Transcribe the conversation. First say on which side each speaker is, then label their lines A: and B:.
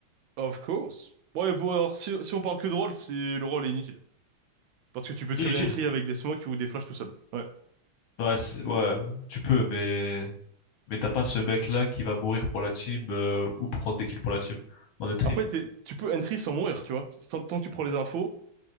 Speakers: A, on the right (about 75°); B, on the left (about 80°).
A: Of course. Ouais, bon, alors, si, si on parle que de rôle, c'est, le rôle est inutile. Parce que tu peux très
B: Inutile.
A: bien entry avec des smokes ou des flashs tout seul. Ouais.
B: Ouais, c'est- ouais, tu peux, mais... mais t'as pas ce mec-là qui va mourir pour la team euh, ou prendre des kills pour la team en entry.
A: Après, t'es- tu peux entry sans mourir, tu vois. Sans- tant que tu prends les infos,